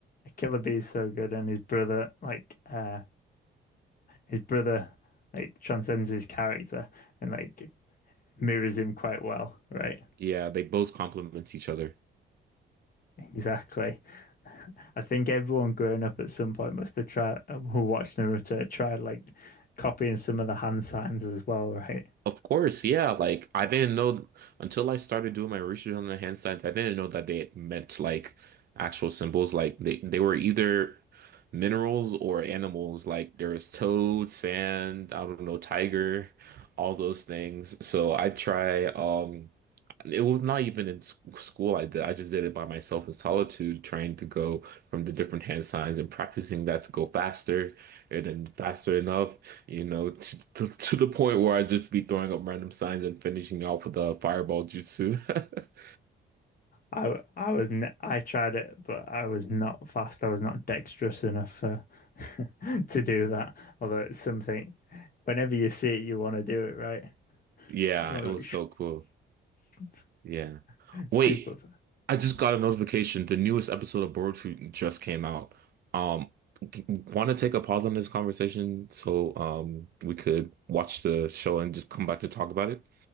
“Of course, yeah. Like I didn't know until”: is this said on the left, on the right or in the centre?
Right